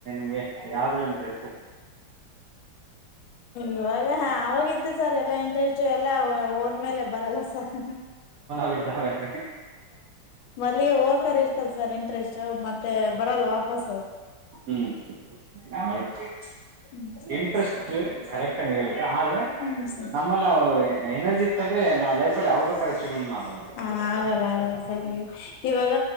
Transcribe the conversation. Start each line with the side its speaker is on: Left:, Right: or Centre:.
Right: ನಿಮ್ಗೆ ಯಾವದ್ರೂರಲ್ಲಿ ಇಂಟ್ರೆಸ್ಟ್.
Left: ಇವಾಗ ಹಾ ಅವಾಗ ಇತ್ತು ಸರ್ ಎಲ್ಲಾ ಇಂಟ್ರೆಸ್ಟ್ ಎಲ್ಲಾ ಹೊದ್ಮೆಲ್ಲೆ ಬರಲ್ಲ ಸರ್.
Right: ಬಿಡ್ತಾವ್ ಬ್ಯಾಟ್ರಿ.
Left: ಮೊದಲಿಗೆ ಹೋಗಕರ್ ಇರ್ತದ ಸರ್ ಇಂಟ್ರೆಸ್ಟ್ ಮತ್ತೆ ಬರಲ್ಲ ವಾಪಸ್.
Right: ಹ್ಮ್ ನೋಡಿ
Left: ಹ್ಮ್ ಸರ್
Right: ಇಂಟ್ರೆಸ್ಟ್ ಕರೆಕ್ಟ್ ಆಗಿ ಹೇಳಿ. ಆದ್ರೆ
Left: ಹ್ಮ್ ಸರ್
Right: ನಮ್ಮಲ್ಲಿ ಅವು ಎನರ್ಜಿ ಇತ್ತಂದ್ರೆ ನಾವು ಲೈಫ ಅಲ್ಲಿ ಅವ್ ಬೇಕಾದ ಅಚೀವ್ಮೆಂಟ್ ಮಾಡ್ಬಹದು.
Left: ಹ ಆಗಲ್ಲ ಹಾಗಲ್ಲ ಸರ್ ಈಗ. ಇವಾಗ